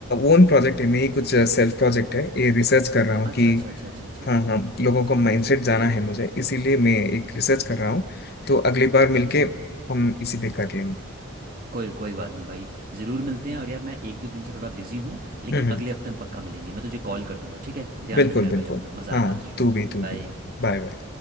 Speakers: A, on the left (about 50°); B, on the right (about 40°).
A: ओन प्रोजेक्ट है मेरी कुछ सेल्फ प्रोजेक्ट है ये रिसर्च कर रहा हूँ
B: अच्छा
A: कि
B: अच्छा अच्छा अच्छा अच्छा अच्छा
A: हाँ हाँ लोगों को माइंडसेट जाना है मुझे इसीलिए मैं एक रिसर्च कर रहा हूँ तो अगली बार मिलके
B: अच्छा
A: हम इसी पे कर लेंगे
B: कोई कोई बात नहीं भाई ज़रूर मिलते हैं और यार मैं एक दो दिन से थोड़ा बिजी हूँ लेकिन
A: हम्म हम्म,
B: अगले हफ्ते हम पक्का मिलेंगे मैं तुझे कॉल कर दूंगा ठीक है ध्यान
A: बिल्कुल
B: रख यार भाई
A: बिल्कुल
B: अपना मज़ा
A: हाँ
B: आया आज
A: तू भी तू
B: बाय
A: भी Bye bye